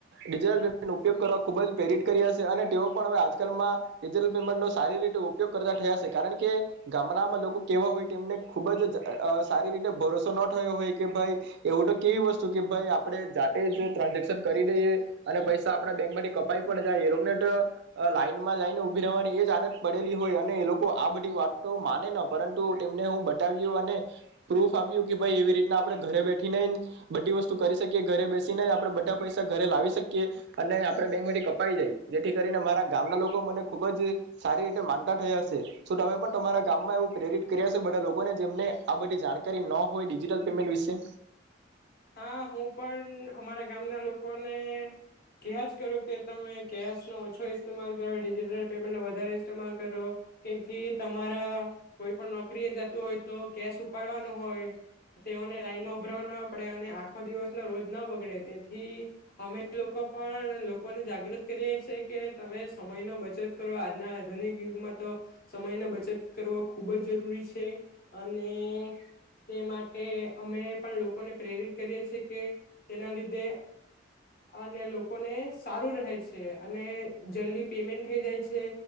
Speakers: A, on the right; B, on the left.
A: ડિજટલ પેમેન્ટ ઉપયોગ કરવા ખુબ જ પ્રેરિત કર્યા છે અને તેઓ પણ હવે આજકાલમાં ડિજટલ પેમેન્ટનોો સારી રીતે ઉપયોગ કરતા થયા છે કારણ કે ગામડામાં લોકો કેવા હોય તેમને ખુબ જ સારી રીતે ભરોસો ન થયો હોય કે ભાઈ એવું તો કેવી વસ્તુ કે ભાઈ આપણે જાતે જો ટ્રાન્ઝેક્શન કરી દઈએ અને પૈસા આપડા બેંક માંથી કપાઈ પણ જાય એ લોકોને લાઈનમાં જઈને ઉભી રવાની એ જ આદત પડેલી હોય અને એ લોકો આ બધી વાત તો માને ન પરંતુ તેમને હું બતાવ્યું અને પ્રૂફ આપ્યું કે ભાઈ એવી રીતના આપણેે ઘરે બેઠીને બધી વસ્તુ કરી શકીએ ઘરે બેસીને આપણે બધા પૈસા ઘરે લાવી શકીએ અને આપણે બેંકમાંથી કપાઈી જાય જેથી કરીને મારા ગામના લોકો મને ખૂબ જ સારી રીતે માનતા થયા હશે શ તમે પણ તમારા ગામમાં એવું પ્રેરિત કર્યા છે બધા લોકોને જેમને આ બધી જાણકારી ન હોય ડિજિટલ પેમેન્ટ વિશે.
B: હા હું પણ અમારા ગામના લોકોને કયાજ કરું કે તમે કેશ નો ઓછો ઇસ્માલ કરો ડિજિટલ પેમેન્ટ નો વધારે ઇસ્તેમાલ કરો કેથી તમારા કોઈ પણ નક નોકરી જતું હોય તો કેશ ઉપાડવાનો હોય. તેઓને લાઈન માં ઉભરાવાના આપે અને આખો દિવસ ન રોજ ના બગડે તેથી અમે લોકો પણ લોકોને જાગૃત કરીએ છે કે તમે સમય ન બચત કરો આજના આધુનિક યુગમાં તો સમયનો બચત કરવો ખૂબ જ જરૂરી છે અને તે માટે અમે પણ લોકોને પ્રેરિત કરીએ છે કે તેના લીધે અને લોકોને સારું રહે છે. અને જલ્દી પેમેન્ટ થઈ જાય છે